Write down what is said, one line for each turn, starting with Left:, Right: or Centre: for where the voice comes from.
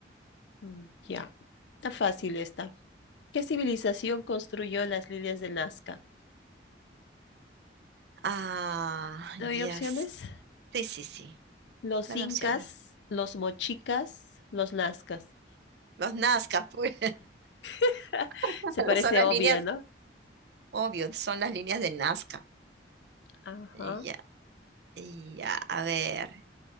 Left: mm, ya, está fácil esta. ¿Qué civilización construyó las líneas de Nazca?
Right: Ah,
Left: ¿Doy
Right: ya.
Left: opciones?
Right: s- Sí, sí, sí.
Left: Los
Right: Dame
Left: incas,
Right: opciones.
Left: los mochicas, los nazcas.
Right: Los Nazca, pues.
Left: <laughs>
Right: <laughs>
Left: Se parece
Right: Son las
Left: obvia,
Right: líneas,
Left: ¿no?
Right: obvio, son las líneas de Nazca.
Left: Ajá.
Right: Ya, ya. A ver.